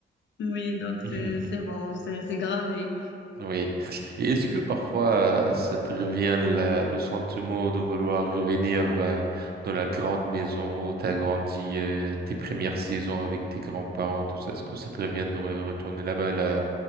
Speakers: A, on the left; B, on the right.
A: Oui, donc
B: <laughs>
A: c'est c'est bon, c'est c'est gravé.
B: Oui. Et est-ce que parfois euh, ça te revient la- le sentiment de vouloir revenir euh, dans la grande maison où t'as grandi euh, tes premières saisons avec tes grands-parents, tout ça? Est-ce que ça te revient de re- retourner là-bas, la,